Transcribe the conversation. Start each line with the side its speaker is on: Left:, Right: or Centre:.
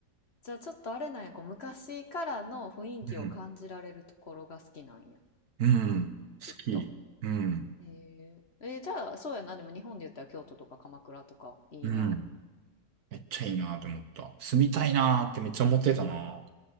Left: じゃあちょっとあれなんや。こう昔からの雰囲気を感じられるところが好きなんや。
Right: うん、うん、好き。
Left: きっと。
Right: うん、
Left: へえ。えー、じゃあそうやな。でも日本で言ったら京都とか鎌倉とかいいな。
Right: うん。めっちゃいいなって思った。住みたいなってめっちゃ思ってたな。